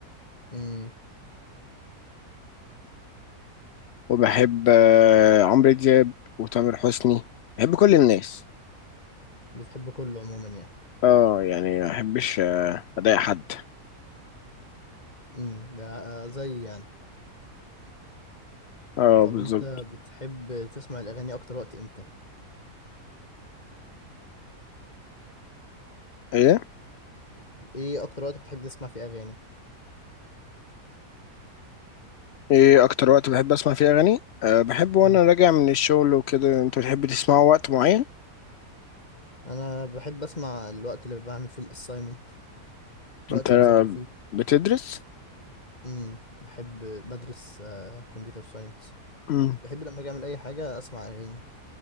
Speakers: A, on the left (about 25°); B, on the left (about 75°).
A: امم
B: وبحب آه، عمرو دياب وتامر حسني بحب كل الناس
A: بتحب كله عموما يعني
B: اه يعني ما بحبش آه، أضايق حد
A: امم ده آه، زي يعني
B: اه
A: طب
B: بالظبط
A: انت بتحب تسمع الاغاني اكتر وقت امتى
B: ايه
A: ايه اكتر وقت بتحب تسمع فيه اغاني
B: ايه اكتر وقت بحب اسمع فيه اغاني أه بحب وانا
A: امم
B: راجع من الشغل وكده انت بتحب تسمعه وقت معين
A: انا بحب اسمع الوقت اللي بعمل فيه الاساينمنت الوقت
B: انت
A: اللي بذاكر فيه
B: بتدرس
A: امم بحب بدرس كمبيوتر ساينس
B: مم.
A: بحب لما اجي اعمل اي حاجه اسمع اغاني